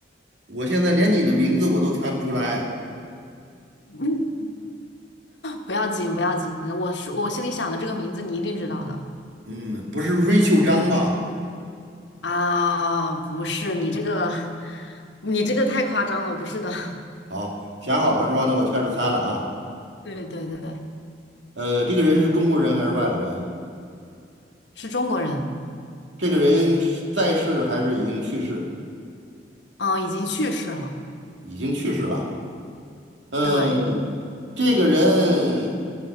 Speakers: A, on the right; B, on the left.
A: 我现在连你的名字我都猜不出来。
B: <laughs> 嗯，不要紧，不要紧，我是我心里想的这个名字，你一定知道的
A: 嗯，不是瑞秋张吧？
B: 啊。不是，你这个，你这个太夸张了，不是的。<laughs>
A: 好，想好了是吧？那我就开始猜了啊。
B: 对对对，
A: 呃，这个人是中国人还是外国人？
B: 是中国人，
A: 这个人是在世还是已经去世？
B: 嗯，已经去世了。
A: 已经去世了。嗯、
B: 对，
A: 这个人